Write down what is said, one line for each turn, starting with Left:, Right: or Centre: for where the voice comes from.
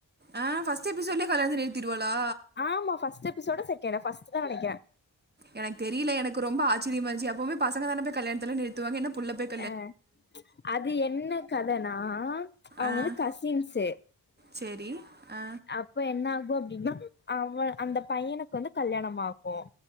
Right: ஆ ஃபர்ஸ்ட்டு எபிசோட்லயே கல்யாணத்த நிறுத்திடுவாளா
Left: ஆமா ஃபர்ஸ்ட்டு எபிசோட செக் கே ஃபர்ஸ்ட்டுதா நெனைக்கிறே
Right: எனக்கு தெரியல எனக்கு ரொம்ப ஆச்சரியமா இருஞ்ச்சு எப்பவுமே பசங்க தான போய் கல்யாணத்த நிறுத்துவாங்க என்ன புள்ள பெத்
Left: அ அது என்ன கதன்னா அவங்க
Right: ஆ
Left: வந்து கசின்ஸு
Right: சரி ஆ
Left: அப்போ என்னாகு அப்படின்னா அவ அந்த பையனுக்கு வந்து கல்யாணம் ஆகு